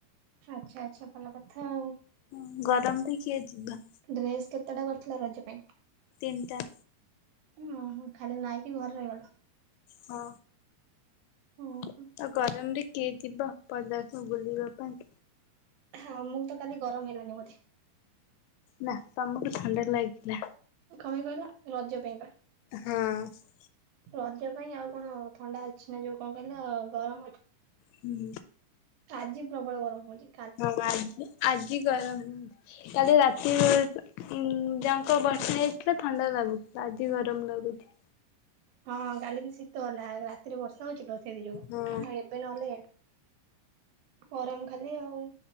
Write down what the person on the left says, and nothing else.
ହ ଗରମ ବି କିଏ ଯିବା
ତିନିଟା।
ହଁ।
ଆଉ ଗରମରେ କିଏ ଯିବ ପଦା କୁ ବୁଲିବା ପାଇଁ।
ନା ତମକୁ ଥଣ୍ଡା ଲାଗିଲା।
ହଁ
ହୁଁ
ହଁ ଆଜି ଆଜି ଗରମ। କାଲି ରାତିରେ ଉଁ ଯାଙ୍କ ବର୍ଷା ହେଇଥିଲା ଥଣ୍ଡା ଲାଗୁଥିଲା ଆଜି ଗରମ ଲାଗୁଛି।
ହଁ